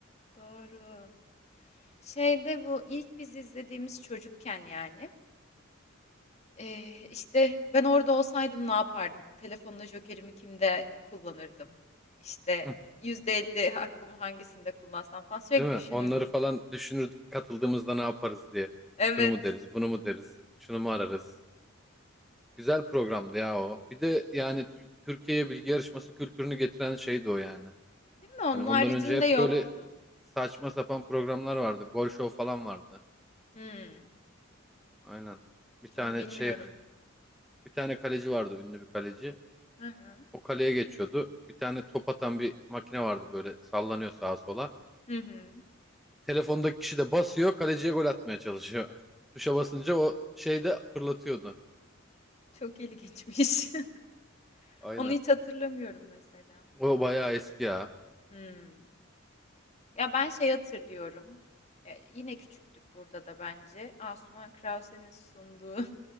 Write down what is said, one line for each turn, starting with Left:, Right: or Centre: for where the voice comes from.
Left: Doğru. Şeyde bu ilk biz izlediğimiz çocukken yani. Ee, işte ben orada olsaydım ne yapardım? Telefonla jokerimi kimde kullanırdım? İşte
Centre: Hı.
Left: %50 hakkımı hangisinde kullansam falan sürekli
Centre: Değil
Left: düşünürdüm.
Centre: mi? Onları falan düşünürdük katıldığımızda ne yaparız diye.
Left: Evet.
Centre: Şunu mu deriz, bunu mu deriz, şunu mu ararız. Güzel programdı ya o. Bir de yani Tür- Türkiye'ye bilgi yarışması kültürünü getiren şeydi o yani.
Left: Değil mi? Onun
Centre: Hani ondan
Left: haricinde
Centre: önce hep
Left: yoktu.
Centre: böyle saçma sapan programlar vardı. Gol show falan vardı.
Left: Hmm,
Centre: Aynen. Bir tane
Left: onu bilmiyorum.
Centre: şey, <laughs> bir tane kaleci vardı, ünlü bir kaleci.
Left: Hı hı.
Centre: O kaleye geçiyordu. Bir tane top atan bir makine vardı böyle sallanıyor sağa sola.
Left: Hı hı.
Centre: Telefondaki kişi de basıyor. Kaleciye gol atmaya çalışıyor. <laughs> Tuşa basınca o şey de fırlatıyordu.
Left: Çok ilginçmiş. <laughs>
Centre: Aynen.
Left: Onu hiç hatırlamıyorum mesela.
Centre: O bayağı eski ya.
Left: Hmm. Ya ben şey hatırlıyorum. E, yine küçüktük burada da bence. Asuman Krause'nin sunduğu.